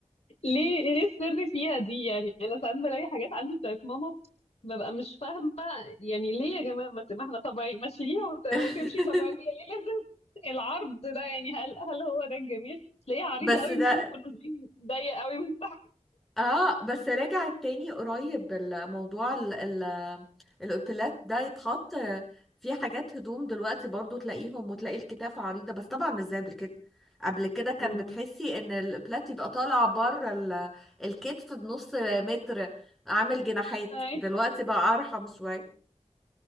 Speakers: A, on the left; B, in the centre.
A: ليه ايه السر فيها دي يعني انا ساعات بلاقي حاجات عندي بتاعت ماما ببقى مش فاهمه يعني ليه يا جماعه ما ت- ما احنا طبيعي ما تشيليها وت-
B: <laughs>
A: وتمشي طبيعيه ليه لازم العرض ده يعني هل هل هو ده الجميل تلاقيها عريضه
B: بس
A: قوي
B: ده
A: من فوق ونازلين ضيق قوي من تحت
B: اه بس رجع تاني قريب الموضوع ال... ال... الاوتيلات ده يتحط في حاجات هدوم دلوقتي برضو تلاقيهم وتلاقي الكتاف عريضة بس طبعا مش زي قبل كده قبل كده كان
A: مم.
B: بتحسي ان الاوتيلات يبقى طالع بره ال... الكتف بنص متر عامل جناحات
A: أي-
B: دلوقتي بقى ارحم شوية